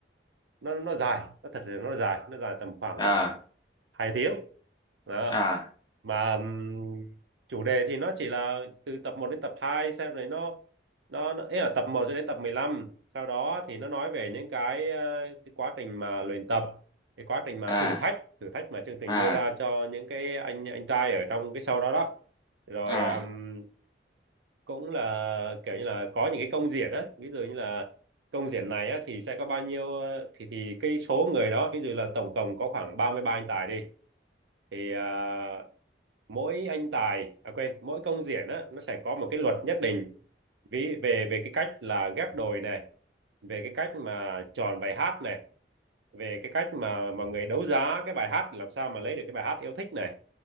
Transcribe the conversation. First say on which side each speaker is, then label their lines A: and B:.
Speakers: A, on the right (about 85°); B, on the left (about 20°).
A: nó nó dài nó thật sự nó dài nó dài tầm khoảng
B: à
A: ờ, hai tiếng đó
B: à
A: mà ừm, chủ đề thì nó chỉ là từ tập một đến tập 2 xem rồi nó nó, nó ý là tập một cho đến tập mười lăm sau đó thì nó nói về những cái, ờ, cái quá trình mà luyện tập cái quá trình mà
B: à
A: thử thách thử thách mà chương trình
B: à
A: đưa ra cho những cái anh anh trai ở trong cái show đó đó rồi
B: à
A: ừm, cũng là kiểu như là có những cái công diễn á ví dụ như là công diễn này á thì sẽ có bao nhiêu ờ, thì thì cái số người đó ví dụ là tổng cộng có khoảng 33 anh tài đi thì à, mỗi anh tài à quên mỗi công diễn á nó sẽ có một cái luật nhất định ví về về cái cách là ghép đôi này về cái cách mà chọn bài hát này về cái cách mà mọi người đấu giá cái bài hát làm sao mà lấy được cái bài hát yêu thích này